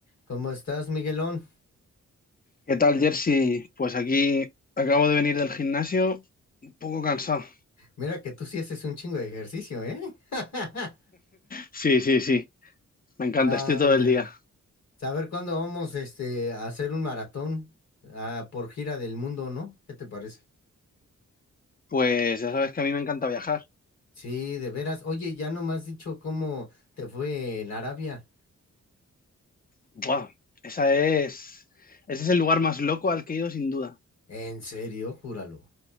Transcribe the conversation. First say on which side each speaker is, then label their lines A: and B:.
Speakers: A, on the left; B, on the left.
A: ¿Cómo estás, Miguelón?
B: ¿Qué tal, Jersey? Pues aquí acabo de venir del gimnasio, un poco cansado.
A: Mira que tú sí haces un chingo de ejercicio, ¿eh? <laughs>
B: Sí, sí, sí, me encanta,
A: No,
B: estoy todo
A: ya.
B: el día.
A: saber cuándo vamos este, a hacer un maratón ah, por gira del mundo, ¿no? ¿Qué te parece?
B: Pues ya sabes que a mí me encanta viajar.
A: Sí, de veras. Oye, ya no me has dicho cómo te fue en Arabia.
B: ¡Buah! Esa es, ese es el lugar más loco al que he ido sin duda.
A: ¿En serio? Júralo.